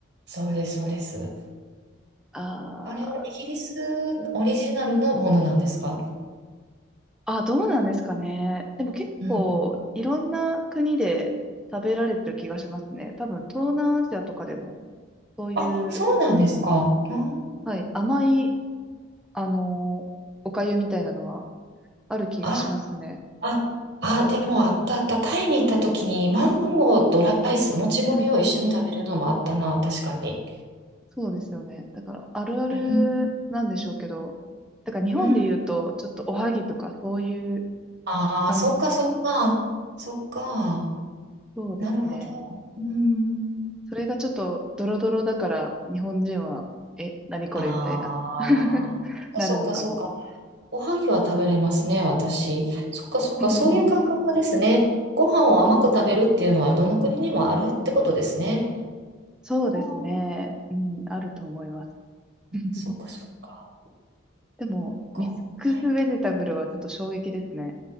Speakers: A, on the right; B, in the centre.
A: そうです、そうです。
B: あー
A: あれはイギリスオリジナルのものなんですか
B: あ、どうなんですかね。でも結構、
A: うん。
B: いろんな国で食べられてる気がしますね。多分、東南アジアとかでも、そういう、
A: あ、そうなんですか。うん
B: はい、甘い、あのーおかゆみたいなのはある気がしますね。
A: あ、あ、あ、でもあったあった。タイに行った時にマンゴーとライス、もち米を一緒に食べるのもあったな、
B: うん
A: 確かに。
B: そうですよね。だから、あるあるなんでしょうけど、
A: うん。
B: だから日本で言うと、
A: うん
B: ちょっとおはぎとかそういう
A: ああ、
B: 感、
A: そっかそっか。そっか。
B: そうですね。
A: なるほど。うん。
B: それがちょっとドロドロだから、日本人は、え、何これみたいな、
A: ああ。
B: <laughs> なるのかも。
A: そっかそっか。おはぎは食べれますね、私。そっかそっか、
B: <laughs>
A: そういう感覚ですね。ご飯を甘く食べるっていうのはどの国にもあるってことですね。
B: そうですね。
A: あー
B: うん、あると思います。<laughs>
A: そっかそっか。
B: でも、
A: そっか。
B: ミックスベジタブルはちょっと衝撃ですね。
A: はい。